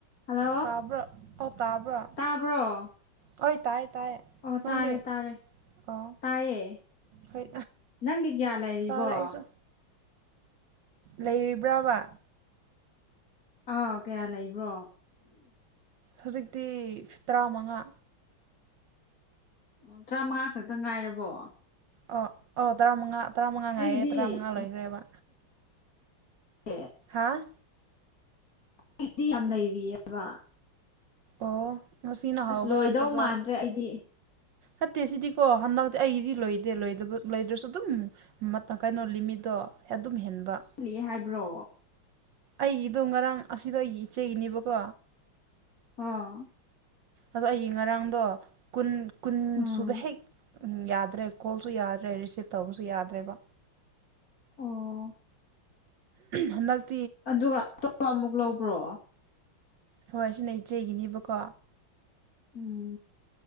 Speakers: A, on the left (about 45°); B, on the right (about 65°).
A: Hello
B: ꯇꯥꯕ꯭ꯔ ꯑꯣ ꯇꯥꯕ꯭ꯔꯥ
A: ꯇꯥꯕ꯭ꯔꯣ
B: ꯍꯣꯏ ꯇꯥꯏ ꯇꯥꯏꯌꯦ
A: ꯑꯣ
B: ꯅꯪꯗꯤ
A: ꯇꯥꯔꯦ ꯇꯥꯔꯦ
B: ꯑꯣ
A: ꯇꯥꯏꯌꯦ
B: ꯍꯣꯏ
A: ꯅꯪꯒꯤ ꯒꯌꯥ ꯂꯩꯔꯤꯕꯣ
B: ꯇꯥꯔꯦ ꯑꯩꯁꯨ ꯂꯩꯔꯤꯕ꯭ꯔꯕ
A: ꯑꯥ ꯀꯌꯥ ꯂꯩꯕ꯭ꯔꯣ
B: ꯍꯧꯖꯤꯛꯇꯤ ꯇꯔꯥ ꯃꯉꯥ
A: ꯑꯣ ꯇꯔꯥ ꯃꯉꯥ ꯈꯛꯇꯪ ꯉꯥꯏꯔꯕꯣ
B: ꯑꯣ ꯑꯣ ꯇꯔꯥꯃꯉꯥ ꯇꯔꯥꯃꯉꯥ ꯉꯥꯏꯔꯦ
A: ꯑꯩꯒꯤꯗꯤ
B: ꯇꯔꯥꯃꯉꯥ ꯂꯣꯏꯈ꯭ꯔꯦꯕ
A: ꯑꯦ
B: ꯍꯥꯥ
A: ꯑꯩꯗꯤ ꯌꯥꯝ ꯂꯩꯔꯤꯑꯦꯕ
B: ꯑꯣ ꯉꯁꯤꯅ ꯍꯥꯎꯕ꯭ꯔꯥ
A: ꯑꯁ ꯂꯣꯏꯗꯧ
B: ꯅꯠꯇ꯭ꯔꯒ
A: ꯃꯥꯟꯗ꯭ꯔꯦ ꯑꯩꯗꯤ
B: ꯅꯠꯇꯦ ꯁꯤꯗꯤꯀꯣ ꯍꯟꯗꯛꯇꯤ ꯑꯩꯗꯤ ꯂꯣꯏꯗꯦ ꯂꯣꯏꯗ꯭ꯔꯁꯨ ꯑꯗꯨꯝ ꯀꯩꯅꯣ ꯂꯤꯃꯤꯗꯣ ꯑꯗꯨꯝ ꯍꯦꯟꯕ
A: ꯈꯂꯤ ꯍꯥꯏꯕ꯭ꯔꯣ
B: ꯑꯩꯒꯤꯗꯣ ꯉꯔꯥꯡ ꯑꯁꯤꯗꯣ ꯑꯩꯒꯤ ꯏꯆꯦꯒꯤꯅꯦꯕꯀꯣ
A: ꯑ
B: ꯑꯗꯣ ꯑꯩꯒꯤ ꯉꯔꯥꯡꯗꯣꯨꯟ ꯀꯨꯟ
A: ꯎꯝ
B: ꯁꯨꯕ ꯍꯦꯛ ꯎꯝ ꯌꯥꯗ꯭ꯔꯦ ꯀꯣꯜꯁꯨ ꯌꯥꯗ꯭ꯔꯦ ꯔꯤꯁꯤꯞ ꯇꯧꯕꯁꯨ ꯌꯥꯗ꯭ꯔꯦꯕ
A: ꯑꯣ
B: ꯍꯟꯛ
A: ꯑꯗꯨꯒ ꯑꯇꯣꯞꯄ ꯑꯃꯨꯛ ꯂꯧꯕ꯭ꯔꯣ
B: ꯍꯣꯏ ꯁꯤꯅ ꯏꯆꯦꯒꯤꯅꯦꯕꯀꯣ
A: ꯎꯝ